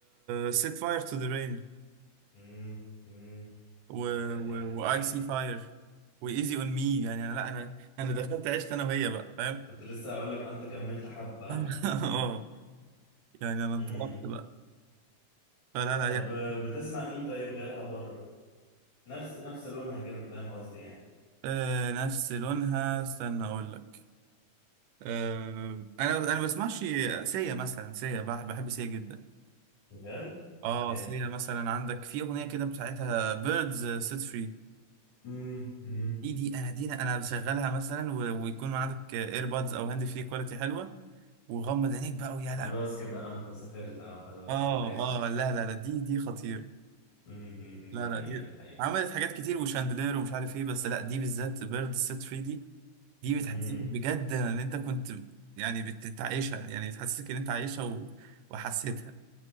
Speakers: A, on the right; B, on the left.
A: سيت فاير تو ذا رين
B: امم امم
A: و
B: آه، يعني
A: واي سي فاير وايزي اون مي يعني انا لا انا انا دخلت عشت انا وهي بقى فاهم
B: كنت لسه هقول لك انت كملت حبة
A: <laughs> اه يعني انا انطلقت
B: امم
A: بقى فلا لا
B: طب
A: يعني
B: آه، بتسمع مين طيب غيرها بره نفس نفس لونها كده فاهم قصدي يعني
A: آه نفس لونها استنى اقول لك آه انا انا بسمعش سيا مثلا سيا بح- بحب سيا جدا
B: بجد
A: اه
B: طب جامد
A: سيا مثلا عندك في اغنيه كده بتاعتها بيردز سيت فري
B: امم امم
A: دي دي انا دي انا بشغلها مثلا و... ويكون عندك ايربادز او هاند فري كواليتي حلوه وغمض عينيك بقى ويا لهوي
B: خلاص كده انت سافرت اه خلاص
A: اه
B: انا فاهم
A: اه لا لا لا دي دي خطير
B: امم أمم، أمم،
A: لا
B: دي حقيقة
A: لا دي
B: دي حقيقة
A: عملت حاجات كتير وشاندلير ومش عارف ايه بس لا دي بالذات بيرد سيت 3 دي دي بتحسسك
B: امم
A: بجد ان انت كنت يعني بتعيشها يعني بتحسسك ان انت عايشها و... وحسيتها